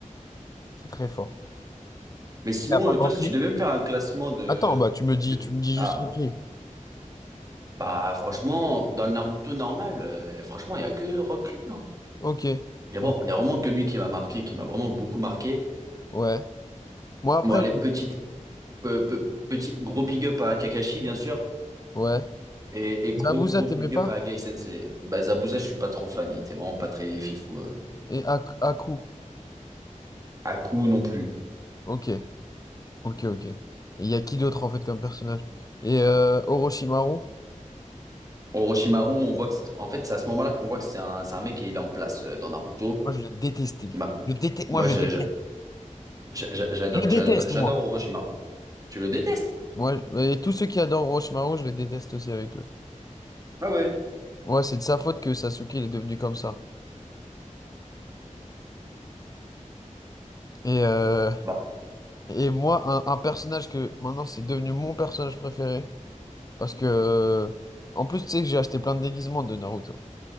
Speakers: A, on the left; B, on the right.
A: C'est très fort.
B: Mais sinon,
A: T'as pas
B: euh,
A: compris?
B: toi, si tu devais me faire un classement de...
A: Attends, bah, tu me dis,
B: de...
A: tu me dis
B: Ah,
A: juste Ronkli.
B: bah franchement, dans le Naruto normal, euh, franchement, il y a que Rock Lee, hein.
A: Ok,
B: Il y a
A: ok.
B: vraiment, il y a vraiment que lui qui m'a marqué, qui m'a vraiment beaucoup marqué.
A: Ouais. Moi, après,
B: Bon, allez, petite,
A: je-
B: pe- pe- petit, gros big up à Kakashi, bien sûr.
A: ouais.
B: Et, et
A: Zabuza,
B: gros, gros
A: t'aimais
B: big
A: pas?
B: up à Gai Sensei. Bah, Zabuza, je suis pas trop fan. Il était vraiment pas très fifou. Euh.
A: Et Ak- Aku.
B: Haku non plus.
A: Ok. Ok, ok. Et il y a qui d'autre en fait comme personnage? Et euh, Orochimaru,
B: Orochimaru, on voit que, c'est- en fait, c'est à ce moment-là qu'on voit que c'est un, c'est un mec qui il est en place euh, dans Naruto.
A: moi je le détestais.
B: Ma-
A: Je déteste,
B: moi,
A: moi je
B: je-
A: le déteste.
B: je- je- je- j'adore,
A: Je le déteste,
B: j'adore, j'adore
A: moi.
B: Orochimaru. Tu le détestes?
A: Ouais, et tous ceux qui adorent Orochimaru, je les déteste aussi avec eux.
B: Ah ouais.
A: Ouais, c'est de sa faute que Sasuke il est devenu comme ça. Et, euh,
B: Bah,
A: et moi, un, un personnage que maintenant c'est devenu mon personnage préféré. Parce que. euh, en plus, tu sais que j'ai acheté plein de déguisements de Naruto.